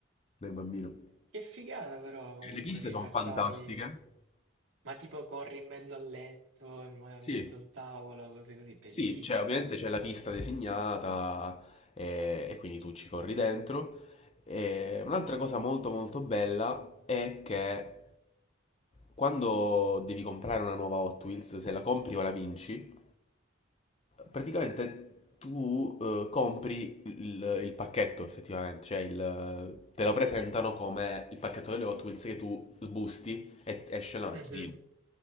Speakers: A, on the left; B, on the right.
A: del bambino.
B: Che figata però comunque
A: E le piste
B: che i
A: sono
B: tracciati,
A: fantastiche.
B: ma tipo corri in mezzo al letto, in mo- in
A: Sì.
B: mezzo al tavolo, cose così, bellissimo.
A: Sì, cioè, ovviamente c'è la pista designata eh, e, quindi tu ci corri dentro. E un'altra cosa molto molto bella è che quando devi comprare una nuova Hot Wheels, se la compri o la vinci, praticamente tu eh, compri il, il pacchetto effettivamente, cioè il- te lo presentano come il pacchetto delle Hot Wheels che tu sbusti e esce la macchina.
B: Mhm,